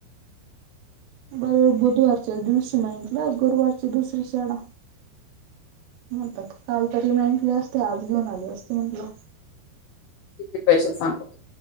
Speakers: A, on the right (about 75°); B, on the left (about 75°).
A: बरोबर बुधवारच्या दिवशी माहिक ना गुरुवारची दुसरी शाळा म्हणतात काल तरी मेंटले असते आज घेऊन आले असते म्हंटलं
B: किती पैसे सांगत